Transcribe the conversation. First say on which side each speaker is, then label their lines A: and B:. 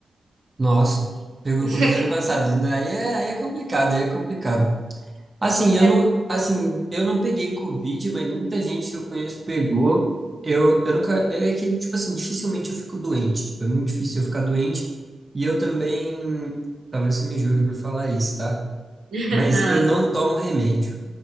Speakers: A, on the right; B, on the right.
A: nossa, pegou
B: <laughs>
A: Covid ano passado. Aí é, aí é complicado, aí é complicado. Assim, eu
B: Eu-
A: não, assim, eu não peguei Covid, mas muita gente que eu conheço pegou. Eu, eu nunca, é que, tipo assim, dificilmente eu fico doente. Tipo, é muito difícil eu ficar doente. E eu também, talvez você me julgue por falar isso, tá?
B: <laughs>
A: Mas
B: Ah,
A: eu não tomo remédio.